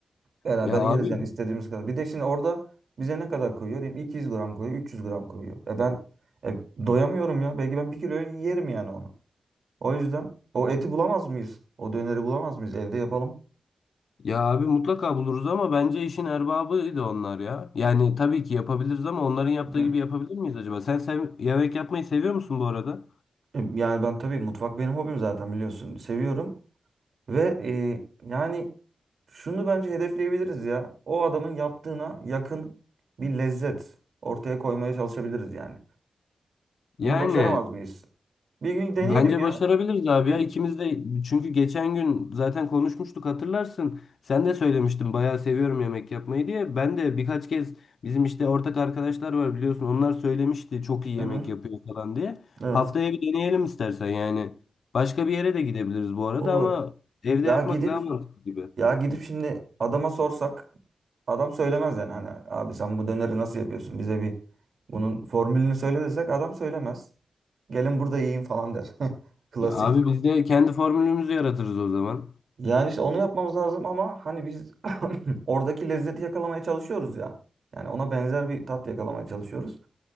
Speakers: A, on the right (about 70°); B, on the left (about 75°).
A: Beraber
B: Ya
A: yeriz
B: abi
A: yani istediğimiz kadar. Bir de şimdi orada bize ne kadar koyuyor? Diyeyim 200 gram koyuyor, 300 gram koyuyor. E ben e, doyamıyorum ya. Belki ben bir kilo yerim yani onu. O yüzden o eti bulamaz mıyız? O döneri bulamaz mıyız? Evde yapalım.
B: Ya abi mutlaka buluruz ama bence işin erbabıydı onlar ya. Yani tabii ki yapabiliriz ama onların yaptığı
A: Hı.
B: gibi yapabilir miyiz acaba? Sen sev yemek yapmayı seviyor musun bu arada?
A: E, Yani ben tabii mutfak benim hobim zaten biliyorsun. Seviyorum ve e, yani şunu bence hedefleyebiliriz ya. O adamın yaptığına yakın bir lezzet ortaya koymaya çalışabiliriz yani.
B: Yani
A: Bunu başaramaz mıyız? Bir gün deneyelim
B: bence
A: ya.
B: başarabiliriz abi
A: Bir-
B: ya. İkimiz de çünkü geçen gün zaten konuşmuştuk hatırlarsın. Sen de söylemiştin bayağı seviyorum yemek yapmayı diye. Ben de birkaç kez bizim işte ortak arkadaşlar var biliyorsun. Onlar söylemişti çok iyi
A: Hı
B: yemek
A: hı.
B: yapıyor falan diye.
A: Evet.
B: Haftaya bir deneyelim istersen yani. Başka bir yere de gidebiliriz bu arada
A: Olur.
B: ama evde
A: Ya
B: yapmak
A: gidip
B: daha mantıklı gibi.
A: Ya gidip şimdi adama sorsak adam söylemez yani. Hani abi sen bu döneri nasıl yapıyorsun? Bize bir bunun formülünü söyle desek adam söylemez. Gelin burada yiyin falan der. <laughs> Klasik.
B: Ya abi biz de kendi formülümüzü yaratırız o zaman.
A: Yani işte onu yapmamız lazım ama hani biz <laughs> <clears throat> oradaki lezzeti yakalamaya çalışıyoruz ya. Yani ona benzer bir tat yakalamaya çalışıyoruz.